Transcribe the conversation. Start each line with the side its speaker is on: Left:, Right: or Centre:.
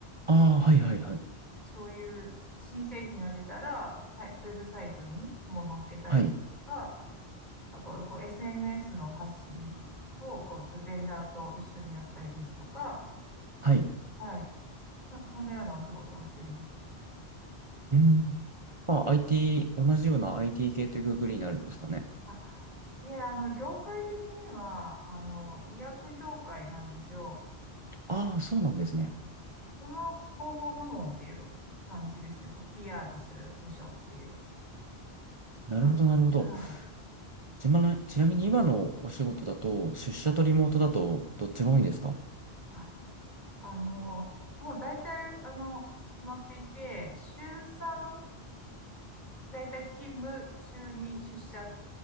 Right: ああ、はいはいはい。
Left: そういう新製品が出たら、サイウェブサイトにも載っけたりとか、
Right: はい。
Left: あと、こう、SNS の発信を、こう、ちょっとベンダーと一緒にやったりですとか、
Right: はい。
Left: はい。なんか、そんなようなお仕事をしています。
Right: うん。まあ、IT、同じような IT 系というくくりになるんですかね。
Left: あいえ、あの、業界的には、あの、医薬業界なんですよ。
Right: ああ、そうなんですね。
Left: その広報部門っていう感じですね。こう PR する部署っていう
Right: なるほど、
Left: 感じ。
Right: なるほど。
Left: はい。
Right: ちまなみに、ちなみに今のお仕事だと、出社とリモートだと、
Left: は
Right: どっちが多いんですか
Left: い。あ、あの、もう大体、あの、決まっていて、週3、在宅勤務、週2出社っ